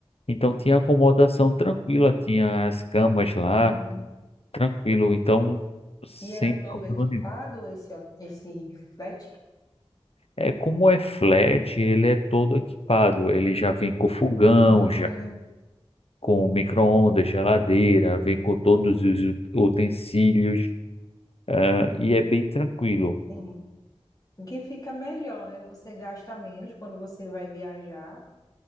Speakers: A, on the left; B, on the left.
A: então tinha acomodação tranquila, tinha as camas lá,
B: Hum.
A: tranquilo, então sem
B: E era todo
A: problema
B: equipado
A: nenhum.
B: esse, ho- esse flat?
A: É, como é flat, ele é todo equipado, ele já vem com fogão,
B: Hum,
A: já com micro-ondas, geladeira, vem com todos os ut- utensílios, ah, e é bem tranquilo.
B: entendi. O que fica melhor, né? Você gasta menos quando você vai viajar,